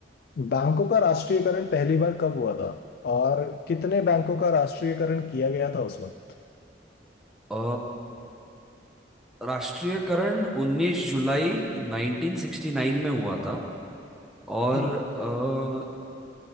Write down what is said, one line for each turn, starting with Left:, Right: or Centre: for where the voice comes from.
Left: बैंकों का राष्ट्रीयकरण पहली बार कब हुआ था और कितने बैंकों का राष्ट्रीयकरण किया गया था उस वक्त
Centre: अ, राष्ट्रीयकरण उन्नीस जुलाई नाइनटीन सिक्सटी नाइन में हुआ था और
Left: जी
Centre: अ,